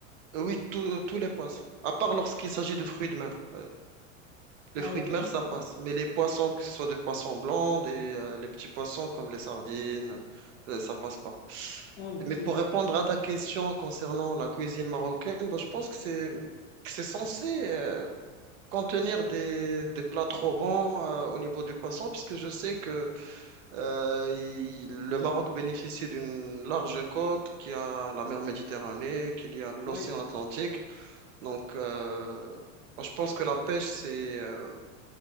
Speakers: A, on the right; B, on the left.
A: oui, tous tous les poissons, à part lorsqu'il s'agit de fruits de mer. euh, Les
B: Ah,
A: fruits
B: ok.
A: de mer, ça passe. Mais les poissons, que ce soit des poissons blancs, des, euh, les petits poissons comme les sardines, euh, ça passe pas.
B: Ah, ok.
A: Mais pour répondre à ta question concernant la cuisine marocaine, bon, je pense que c'est que c'est censé euh, contenir des, des plats trop bons euh, au niveau du poisson, puisque je sais que euh, il- le Maroc bénéficie d'une large côte, qui a la mer Méditerranée, qu'il y a l'océan
B: Oui.
A: Atlantique. Donc, euh, moi, je pense que la pêche, c'est euh,